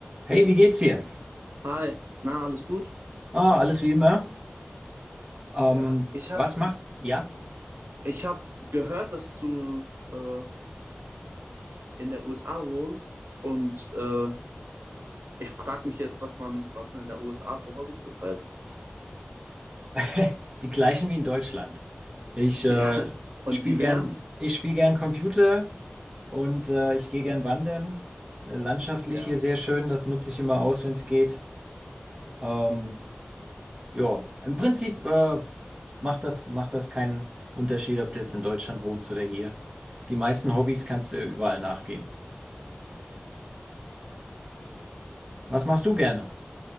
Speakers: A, on the right; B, on the right.
A: Hey, wie geht's dir?
B: Hi, na, alles gut?
A: Ah, alles wie immer. Ähm,
B: Ja, ich habe
A: was machst? Ja,
B: Ich habe gehört, dass du äh, in der USA wohnst und äh, ich frage mich jetzt, was man, was man in der USA für Hobbys betreibt. <laughs>
A: <laughs> die gleichen wie in Deutschland. Ich äh,
B: Ja, und
A: spiele
B: die
A: gern,
B: wären,
A: ich spiele gern Computer und äh, ich gehe gern wandern. Äh, Landschaftlich
B: ja,
A: hier sehr schön, das nutze ich immer aus, wenn es geht. Ähm, ja, im Prinzip äh, macht das, macht das keinen Unterschied, ob du jetzt in Deutschland wohnst oder hier. Die meisten Hobbys kannst du überall nachgehen. Was machst du gerne?